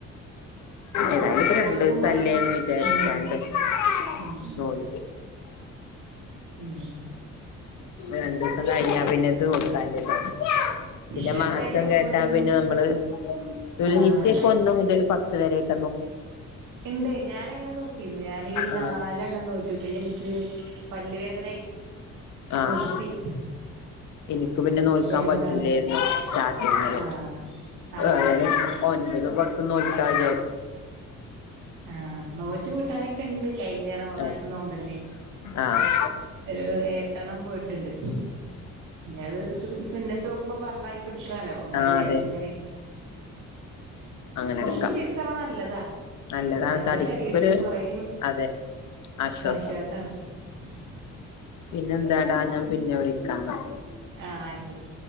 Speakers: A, on the right (about 80°); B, on the left (about 75°).
A: അപ്പൊ
B: ഏതായാലും
A: ഓര്ക്ക്
B: ഇപ്പോ രണ്ടു
A: ഓര്ക്കും
B: ദിവസം
A: വേണം
B: അല്ലേന്ന് വിചാരിച്ചാണ്
A: ഉം
B: അ
A: ഉം
B: നോൽ
A: ഉം
B: രണ്ടു ദിവസം കഴിഞ്ഞ പിന്നെത് ല്ല പിന്നെ
A: സെറ്റായി
B: മഹത്വം
A: വരുമ്പോത്തിനൊന്നും
B: കേട്ടാ പിന്നെ നമ്മള് ദുൽഹിജ്ജക്ക
A: ആഹ്
B: ഒന്ന് മുതൽ പത്ത് വരക്കെ
A: എന്തേ ഞാന അങ്ങനെ നോറ്റിരുന്നു ഞാനീ നാലെണ്ണം
B: ആഹ്
A: നോറ്റു പിന്നെ എനിക്ക് പല്ല് വേദന
B: ആഹ്
A: നിർത്തി
B: എനിക്ക് പിന്നെ നോൽക്കാൻ
A: വേദനാണ്
B: പറ്റൂലായിരുന്നു പിന്ന
A: ആഹ് ആഹ്
B: ഏതാലും ഒൻപതും പത്തൊന്നും ഉൽക്കാച
A: ആ നോറ്റ് വീട്ടാനൊക്കെ ഉണ്ട് കഴിഞ്ഞേറ റമതാനത്ത്
B: ആഹ്
A: നോമ്പന്നെ
B: ആഹ്
A: ഒരു എട്ടെണ്ണം പോയിട്ടുണ്ട് ഇന്ന അത് സ സുന്നത്ത് നോക്കുമ്പോ പറളായി എടുക്കാലോ അങ്ങനെ
B: ആഹ്
A: വിചാരിച്ച
B: അതെ
A: ഇങ്ങനെ
B: അങ്ങനെ
A: നോമ്പ്
B: എടുക്കാം
A: ശരിക്കും പറ നല്ലതാ
B: നല്ലതാണ്
A: നമ്മുടെ
B: തടിക്കൊക്കൊരു
A: ശരീരത്തിനും കൊറെ
B: അതെ ആശ്വാസാ
A: ആശ്വാസാണ് ഉ
B: പിന്നെ എന്താടാ ഞാൻ പിന്നെ വിളിക്കാന്ന
A: ആഹ ശരി